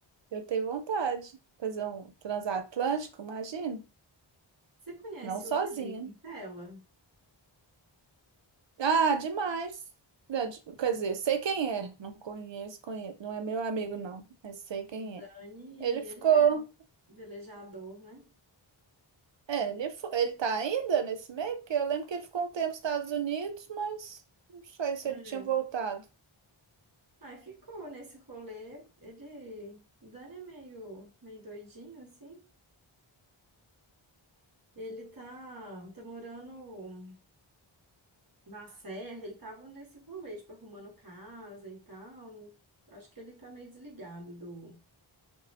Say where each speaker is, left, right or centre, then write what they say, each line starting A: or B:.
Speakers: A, on the right; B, on the right.
A: Eu tenho vontade. Fazer um transatlântico, imagino.
B: Você conhece
A: Não sozinha.
B: o Dani Quintela?
A: Ah, demais. Da- de- Quer dizer, sei quem é. Não conheço, conheço. Não é meu amigo, não. Mas sei quem
B: O Dani,
A: é. Ele
B: ele
A: ficou.
B: é velejador, né?
A: É, ele foi... ele tá ainda nesse meio? Porque eu lembro que ele ficou um tempo nos Estados Unidos, mas não sei se
B: É.
A: ele tinha voltado
B: Aí ficou nesse rolê. Ele, o Dani é meio, meio doidinho, assim. Ele tá, tá morando na serra, ele tava nesse rolê, tipo, arrumando casa e tal. Acho que ele tá meio desligado do,